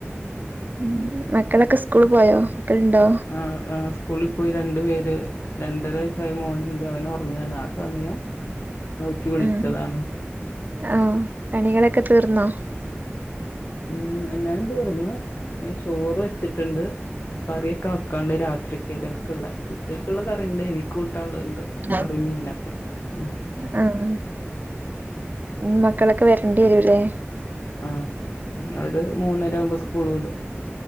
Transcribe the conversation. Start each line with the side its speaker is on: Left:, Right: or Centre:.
Right: ഉ മക്കളൊക്കെ സ്കൂളി പോയോ അവിടെ ഉണ്ടോ
Left: ആഹ് ആഹ് സ്കൂളിൽ പോയി രണ്ടു പേര് രണ്ടര വയസ്സായി മോനുണ്ട് അവന് ഒറങ്ങയാണ് ആ സമയം നോക്കി വിളിച്ചതാണ്
Right: ആഹ് ആഹ് പണികളൊക്കെ തീർന്നോ
Left: ഉം എല്ലാം തീർന്ന് ഇനി ചോറ് വെച്ചിട്ടുണ്ട് കറിയൊക്കെ വെക്കാണ്ട് രാത്രിക്കല് ക്കള്ള ഉച്ചക്കുള്ള കറിയുണ്ട് എനിക്ക് കൂട്ടാനുള്ളത് ഇണ്ട്
Right: ആഹ്
Left: കറി മീനൊക്കെ. ഉം
Right: ആഹ് ഇനി മക്കളൊക്കെ വരേണ്ടി വരൂവില്ലേ.
Left: ആഹ് അത് മൂന്നര ആവുമ്പോ സ്കൂള് വിടും